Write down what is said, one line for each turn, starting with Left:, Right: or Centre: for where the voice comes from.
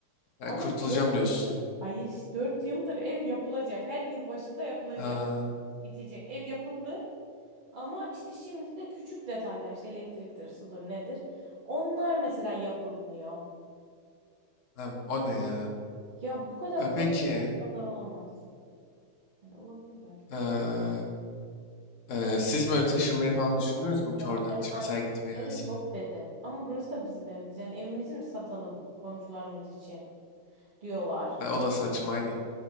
Left: Ya
Right: Ama
Left: kurtulacağım
Right: 4 yıldır
Left: diyorsun.
Right: hayır işte 4 yıldır ev yapılacak. Her yıl başında yapılacak.
Left: Ha,
Right: Bitecek. Ev yapıldı. Ama işte şimdi de küçük detaylar işte elektriktir, sudur nedir? Onlar mesela yapılmıyor.
Left: ha, o ne ya?
Right: Ya bu kadar
Left: E,
Right: problem
Left: peki
Right: insanlar olamaz. Yani olabilir belki
Left: e,
Right: de.
Left: e, siz böyle taşınmayı falan düşündünüz mü ki
Right: Ya
Left: oradan
Right: ben
Left: hiç
Right: annelere
Left: mesela gitmeyi vesaire?
Right: çok dedim. Ama burası da bizim evimiz. Yani evimizi mi satalım komşularımız için diyorlar.
Left: Ha, o da saçma aynı.